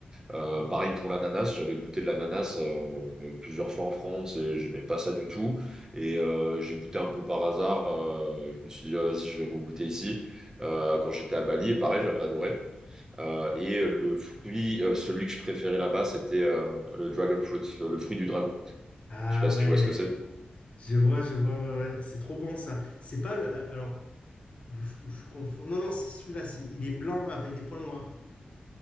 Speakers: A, on the right; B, on the left.
A: Euh, pareil pour l'ananas, j'avais goûté de l'ananas euh, plusieurs fois en France et je n'aimais pas ça du tout. Et euh, j'ai goûté un peu par hasard. euh, je me suis dit, Ah, vas-y, je vais regoûter ici. Euh, quand j'étais à Bali, et pareil, j'avais adoré. Euh, et le fruit, euh, celui que je préférais là-bas, c'était euh, le dragon fruit, le fruit du dragon.
B: Ah
A: Je sais pas
B: ouais,
A: si tu vois ce que c'est.
B: je vois, je vois, ouais, ouais. C'est trop bon ça. C'est pas le. euh, Alors, je, je- je confonds. Non, non, c'est celui-là. c'est- Il est blanc avec des points noirs.